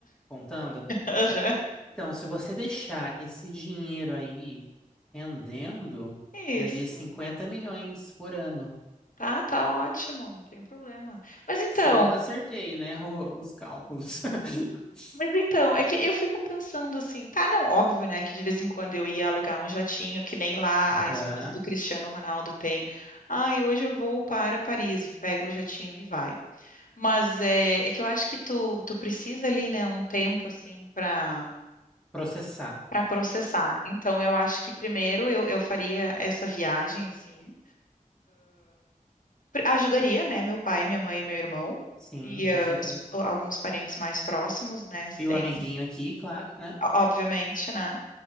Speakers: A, in the centre; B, on the left.
A: contando?
B: Aham.
A: Então, se você deixar esse dinheiro aí rendendo,
B: Isso.
A: daria 50 milhões por ano.
B: Tá, tá ótimo, não tem problema. Mas então,
A: Se eu acertei, né, <laughs> o- os cálculos. <laughs>
B: mas então, é que eu fico pensando assim, tá, não, óbvio, né, que de vez em quando eu ia alugar um jatinho, que nem lá
A: Aham.
B: a esposa do Cristiano Ronaldo tem. Ai, hoje eu vou para Paris, pega o jatinho e vai. Mas é, é que eu acho que tu, tu precisa ali, né, um tempo assim para
A: Processar.
B: para processar. Então eu acho que primeiro eu, eu faria essa viagem assim. Pre- Ajudaria, né? Meu pai, minha mãe e meu irmão.
A: Sim,
B: E
A: com
B: ah,
A: certeza.
B: os- alguns parentes mais próximos, né? Sem,
A: E o amiguinho aqui, claro, né?
B: obviamente, né?